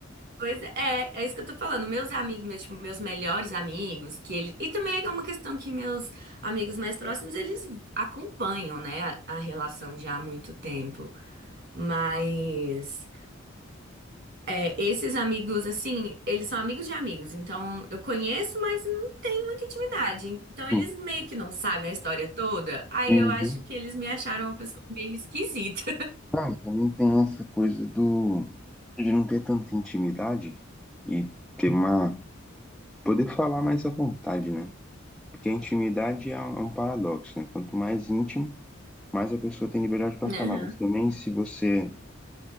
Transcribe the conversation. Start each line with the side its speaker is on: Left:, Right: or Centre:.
Right: Pois é, é isso que eu tô falando. Meus amigos, meus, tipo, meus melhores amigos, que eles. E também é uma questão que meus amigos mais próximos, eles acompanham, né, a, a relação já há muito tempo. Mas. É, esses amigos, assim, eles são amigos de amigos, então eu conheço, mas não tem muita intimidade. Então eles
Centre: Sim.
Right: meio que não sabem a história toda. Aí
Centre: Uhum.
Right: eu acho que eles me acharam uma pessoa meio esquisita.
Centre: Ah, e também tem essa coisa do de não ter tanta intimidade e ter uma poder falar mais à vontade, né? Porque a intimidade é um é um paradoxo, né? Quanto mais íntimo, mais a pessoa tem liberdade para
Right: <laughs>
Centre: falar.
Right: Aham,
Centre: Mas também se você